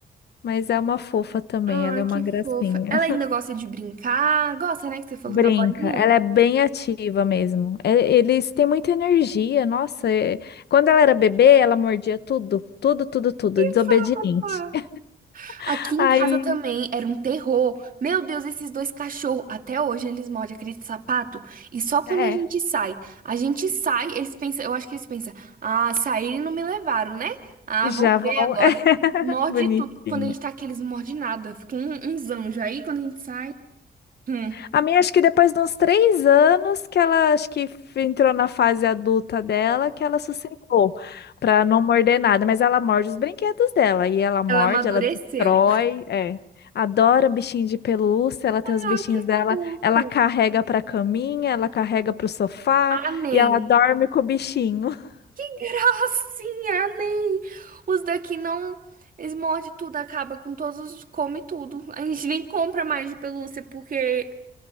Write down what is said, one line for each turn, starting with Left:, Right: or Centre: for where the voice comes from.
Left: Mas é uma fofa também,
Right: Ai,
Left: ela é uma
Right: que
Left: gracinha.
Right: fofa. Ela ainda gosta de brincar? Gosta, né? Que você falou
Left: Brinca,
Right: da bolinha?
Left: ela é bem ativa mesmo. E- Eles têm muita energia, nossa. é- Quando ela era bebê, ela mordia tudo, tudo, tudo, tudo,
Right: Que
Left: desobediente.
Right: fofa!
Left: <laughs>
Right: Aqui em
Left: Aí,
Right: casa também era um terror. Meu Deus, esses dois cachorros. Até hoje eles mordem aquele sapato. E só quando
Left: é,
Right: a gente sai. A gente sai, eles pensam. Eu acho que eles pensam. Ah, saíram e não me levaram, né? Ah,
Left: já
Right: vão
Left: vão,
Right: ver agora.
Left: <laughs> é
Right: Morde
Left: bonitinho.
Right: tudo. Quando a gente tá aqui, eles não mordem nada. Fica um, uns anjos aí quando a gente sai. Hum,
Left: A minha, acho que depois de uns três anos que ela, acho que f- entrou na fase adulta dela, que ela sossegou pra não morder nada, mas ela morde os brinquedos dela, e ela morde,
Right: ela amadureceu.
Left: ela destrói, é. Adora bichinho de pelúcia, ela tem
Right: Ah,
Left: os bichinhos
Right: que
Left: dela,
Right: fofa.
Left: ela carrega pra caminha, ela carrega pro sofá,
Right: Ah, nem.
Left: e ela dorme com o bichinho. <laughs>
Right: Gracinha, nem. Os daqui não. Eles mordem tudo, acaba com todos os. Come tudo. A gente nem compra mais de pelúcia porque